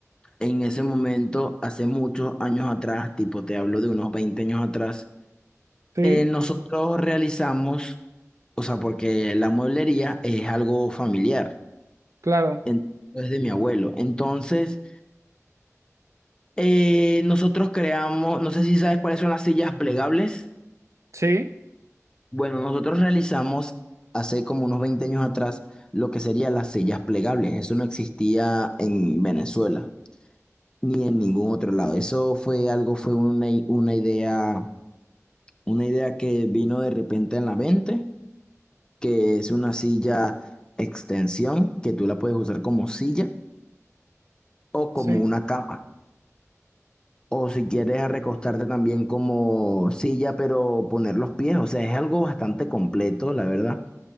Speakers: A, on the left (about 15°); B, on the right (about 65°).
A: en ese momento, hace muchos años atrás, tipo te hablo de unos 20 años atrás,
B: sí,
A: eh, nosotros realizamos, o sea, porque la mueblería es algo familiar,
B: claro,
A: en- es de mi abuelo. Entonces, eh, nosotros creamos, no sé si sabes cuáles son las sillas plegables.
B: sí,
A: Bueno, nosotros realizamos hace como unos 20 años atrás lo que serían las sillas plegables. Eso no existía en Venezuela ni en ningún otro lado. Eso fue algo, fue una, i- una idea, una idea que vino de repente en la mente, que es una silla extensión que tú la puedes usar como silla o
B: sí,
A: como una cama. O si quieres recostarte también como silla, pero poner los pies. O sea, es algo bastante completo, la verdad.